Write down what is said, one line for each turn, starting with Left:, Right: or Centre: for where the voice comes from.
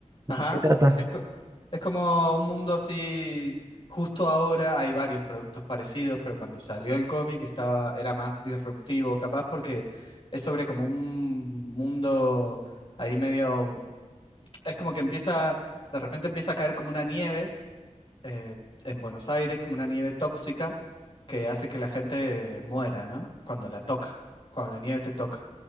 Right: ¿De
Left: ajá,
Right: qué trata?
Left: es, co- es como un mundo así, justo ahora hay varios productos parecidos, pero cuando salió el cómic estaba, era más disruptivo, capaz, porque es sobre como un mundo ahí medio es como que empieza, de repente empieza a caer como una nieve eh, en Buenos Aires, como una nieve tóxica que hace que la gente muera, ¿no? Cuando la toca, cuando la nieve te toca.